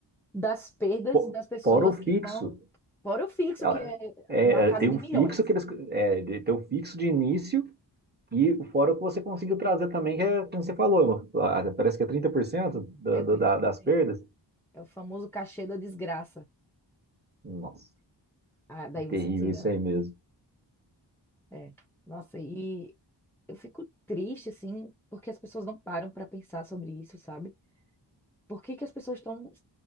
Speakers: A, in the centre; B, on the right.
A: das perdas
B: fo-
A: das pessoas
B: fora o fixo.
A: que vão fora o fixo,
B: Ela-
A: que é
B: é,
A: na casa
B: tem
A: de
B: um
A: milhões.
B: fixo que eles, é, tem o fixo de início E fora o que você conseguiu trazer também, que é, como você falou, ah, parece que é 30% da,
A: É
B: da,
A: trinta
B: da-
A: por
B: das
A: cento.
B: perdas.
A: É o famoso cachê da desgraça.
B: Nossa,
A: Ah, daí
B: é terrível
A: você tira,
B: isso
A: né?
B: aí mesmo.
A: É. Nossa, e eu fico triste, assim, porque as pessoas não param pra pensar sobre isso, sabe? Por que que as pessoas estão tão